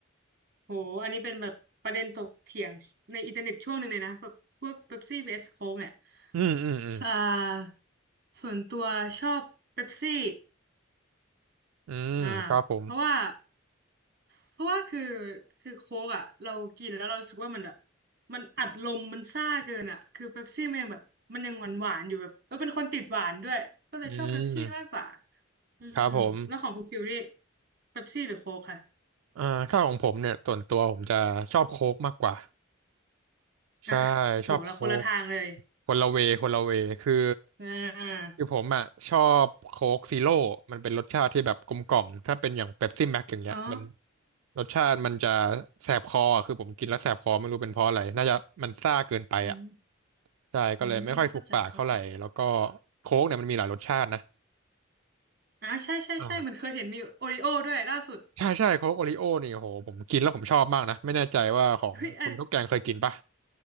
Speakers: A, on the right (about 45°); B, on the right (about 85°).
A: โหอันนี้เป็นแบบประเด็นถกเถียงในอินเทอร์เน็ตช่วงหนึ่งเลยนะแบบพวกเป๊ปซี่ vs โค้กเนี่ย
B: อืมอืมอืม
A: อ่าส่วนตัวชอบเป๊ปซี่
B: อืมครับผม
A: อ่าเพราะว่า เพราะว่าคือคือโค้กอ่ะเรากินแล้วเรารู้สึกว่ามันแบบมันอัดลมมันซ่าเกินอ่ะคือเป๊ปซี่มันยังแบบมันยังหวานหวานอยู่แบบเออเป็นคนติดหวานด้วยก็เลยชอบเป๊ปซี่มากกว่า
B: อืม
A: อืมแล้วของคุณฟิลนี่
B: ครับผม
A: เป๊ปซี่หรือโค้กค่ะ
B: อ่าถ้าของผมเนี่ยส่วนตัวผมจะชอบโค้กมากกว่า ใช่
A: อ่ะโหเราคนละทางเลย
B: ชอบโคกคนละเวคนละเวคือ
A: อ่า
B: คือผมอ่ะชอบโค้กซีโร่มันเป็นรสชาติที่แบบกลมกล่อมถ้าเป็นอย่างเป๊ปซี่แม็กอย่างเงี้ยมัน
A: อ๋อ
B: รสชาติมันจะแสบคออะคือผมกินแล้วแสบคอไม่รู้เป็นเพราะอะไรน่าจะมันซ่าเกินไปอ่ะ
A: อืม
B: ใช่ก็เลยไม่ค่อยถูกปากเท่าไหร่แล้วก็
A: อืมเข้าใจเข้าใจ
B: โค้กเนี่ยมันมีหลายรสชาตินะ
A: อ่าใช่ใช่ใช่มันเคยเห็นมีโอริโอด้วยล่าสุด
B: อ่าใช่ใช่โค้กโอริโอนี่โหผมกินแล้วผมชอบมากนะไม่แน่ใจว่าของคุณข้าวแกงเคยกินปะ
A: เฮ้ยอัน